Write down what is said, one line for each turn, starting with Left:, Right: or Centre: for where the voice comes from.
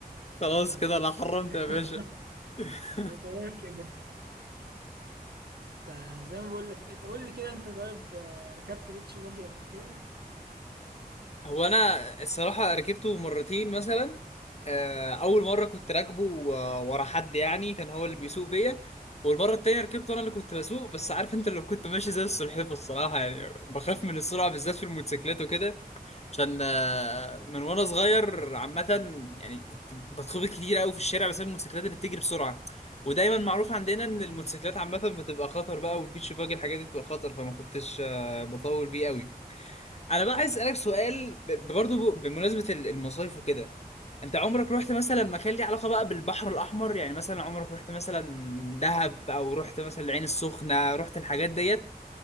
Left: خلاص
Right: انا
Left: كده انا حرمت يا
Right: تمام
Left: باشا
Right: <laughs>
Left: <laughs>
Right: انا تمام كده فزي ما بقول لك انت قول لي كده انت طيب آه، ركبت بيتش باجي قبل كده
Left: هو انا الصراحه ركبته مرتين مثلا آه، اول مره كنت راكبه آه، ورا حد يعني كان هو اللي بيسوق بيا والمره التانية ركبته انا اللي كنت بسوق بس عارف انت لو كنت ماشي زي السلحفاه الصراحه يعني بخاف من السرعه بالذات في الموتوسيكلات وكده عشان آه، من وانا صغير عامة يعني كنت بتخبط كتير قوي في الشارع بسبب الموتوسيكلات اللي بتجري بسرعة ودايما معروف عندنا ان الموتوسيكلات عامة بتبقى خطر بقى والبيتش باجي الحاجات دي بتبقى خطر فما كنتش آه، بطول بيه قوي انا بقى عايز اسألك سؤال ب- برضه ب- بمناسبة ال- المصايف وكده انت عمرك رحت مثلا مكان ليه علاقة بقى بالبحر الاحمر يعني مثلا عمرك رحت مثلا دهب او رحت مثلا العين السخنة رحت الحاجات ديت